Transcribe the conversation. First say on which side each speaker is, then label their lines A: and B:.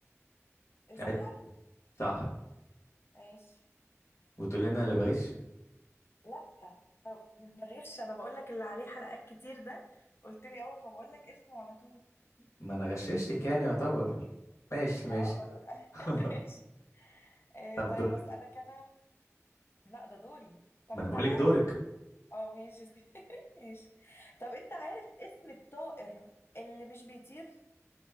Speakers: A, on the left; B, on the left.
A: زحل
B: ايوه صح
A: ماشي
B: وتقول لنا اللي بغش
A: لا مش بغش أنا بقول لك اللي عليه حلقات كتير ده قلت لي أه فبقول لك اسمه على طول
B: ما انا غششتك يعني يعتبر ماشي ماشي
A: أه لا
B: <laughs>
A: <laughs> ماشي آه،
B: طب
A: طيب
B: دورك
A: أسألك أنا لا ده دوري طب
B: ما
A: أنت
B: انا بقول
A: تعرف
B: لك دورك
A: اه ماشي <laughs> ماشي طب انت عارف اسم الطائر اللي مش بيطير